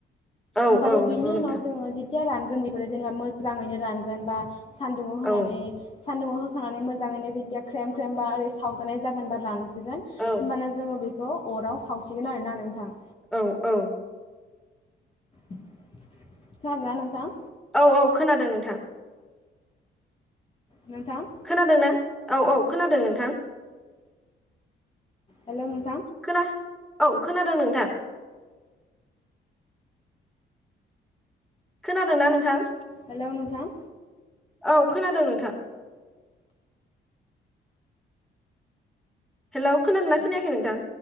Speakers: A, in the centre; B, on the left (about 30°).
A: औ
B: ओमफायो
A: औ
B: बिनि
A: नंगौ नोंथां
B: उनाव जोङो जि थिया रानगोन बेफोर जेनेबा मोजाङैनो रानगोन बा सान्दुंआव
A: औ
B: होनानै सानदुंआव होखांनानै मोजाङैनो जेथिया ख्रेम ख्रेबा बा ओर सावजानाय जागोन बा रान जोगोन
A: औ
B: होमबाना जोङो बेख खौ अराव सावसिगोन आरोना नोंथां।
A: औ औ।
B: खोनादों ना नोंथां?
A: औ औ खोनादों नोंथां।
B: नोंथां।
A: खोनादोंना औ औ खोनादों नोंथां।
B: हेलौ नों
A: खोना औ खोनादों नोंथां। खोनादोंना नोंथां?
B: हेलौ नोंथां
A: औ खोनादों नोंथां। हेलौ खोनादोंना खोनायाखै नोंथां?